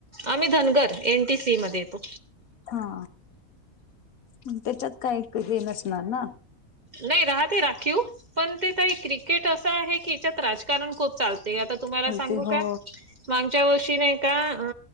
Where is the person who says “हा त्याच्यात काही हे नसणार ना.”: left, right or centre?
Left